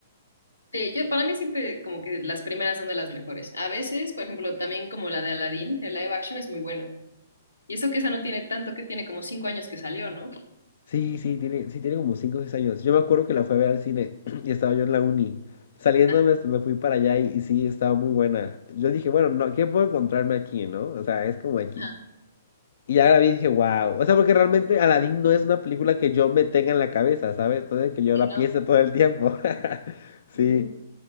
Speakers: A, on the left (about 85°); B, on the left (about 55°).
A: Sí, yo para mí siempre como que las primeras son de las mejores. A veces, por ejemplo, también como la de Aladdin, el live action es muy bueno. Y eso que esa no tiene tanto, que tiene como cinco años que salió, ¿no?
B: Sí, sí, tiene, sí, tiene como 5 o 6 años. Yo me acuerdo que la fui a ver al cine <clears throat> y estaba yo en la uni. Saliéndome
A: Ajá,
B: hasta me fui para allá y, y sí, estaba muy buena. Yo dije, bueno, no, ¿qué puedo encontrarme aquí, no? O sea, es como X.
A: ajá.
B: Y ya la vi y dije, wow. O sea, porque realmente Aladdin no es una película que yo me tenga en la cabeza, ¿sabes? No es de que yo
A: Sí,
B: la piense todo el tiempo. <laughs> Sí.
A: ¿no?